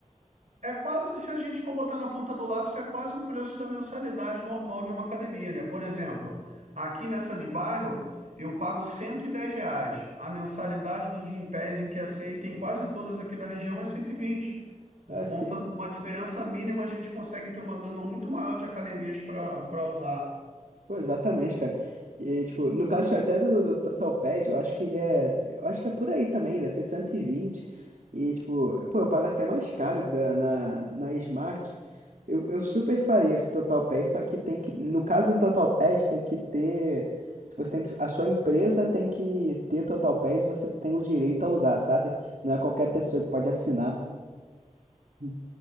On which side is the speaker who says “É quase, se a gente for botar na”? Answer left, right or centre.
Right